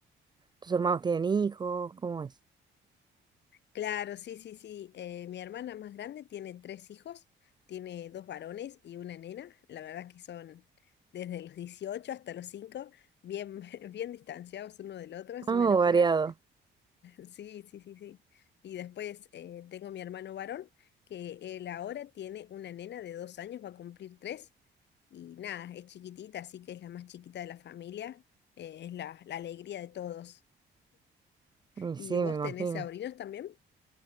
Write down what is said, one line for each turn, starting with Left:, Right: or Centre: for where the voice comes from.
Right: tus hermanos tienen hijos, ¿cómo es?
Left: claro, sí, sí, sí. eh, mi hermana más grande tiene tres hijos, tiene dos varones y una nena. La verdad que son desde los 18 hasta los 5 bien, <laughs> bien distanciados uno del otro, es
Right: Ah,
Left: una locura.
Right: variado.
Left: Sí, sí, sí, sí. Y después eh, tengo mi hermano varón, que él ahora tiene una nena de dos años, va a cumplir tres. Y nada, es chiquitita, así que es la más chiquita de la familia. eh, es la, la alegría de todos.
Right: Y
Left: ¿Y
Right: sí,
Left: vos
Right: me imagino.
Left: tenés sobrinos también?